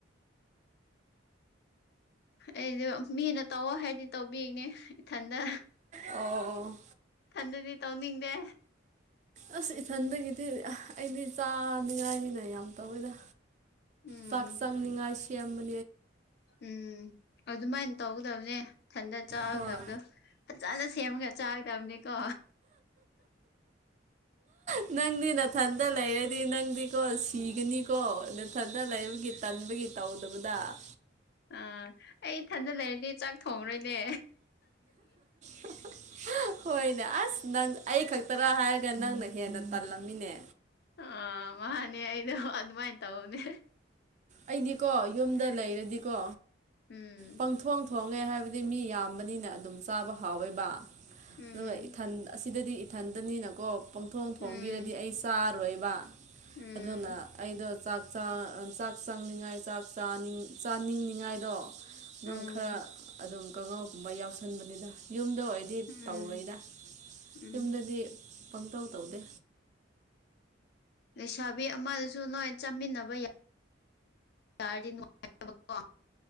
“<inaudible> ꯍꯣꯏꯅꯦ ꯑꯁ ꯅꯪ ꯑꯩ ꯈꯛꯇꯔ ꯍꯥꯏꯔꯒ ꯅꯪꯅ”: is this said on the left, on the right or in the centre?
Right